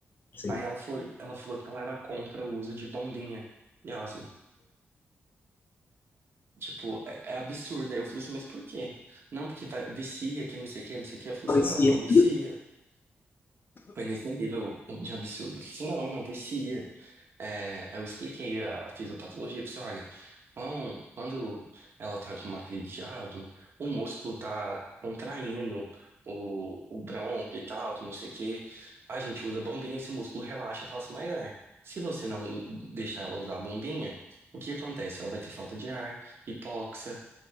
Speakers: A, on the left (about 50°); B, on the right (about 60°).
A: sim.
B: Aí ela falou, ela falou que ela era contra o uso de bombinha de asma. Tipo, é, é absurdo. Aí eu falei assim, mas por quê? Não, porque vai, vicia, que não sei o que, não sei o que. Eu falei
A: parecia
B: assim, não, não
A: se
B: vicia. Foi nesse nível de absurdo. Eu falei assim, não, não vicia. É, eu expliquei a, a fisiopatologia, eu falei assim, olha, então, quando ela tá com uma crise de asma, o músculo tá contraindo o, o brônquio e tal, que não sei o que. A gente usa bombinha, esse músculo relaxa, passa mais ar. Se você não deixar ela usar a bombinha, o que acontece? Ela vai ter falta de ar, hipóxia,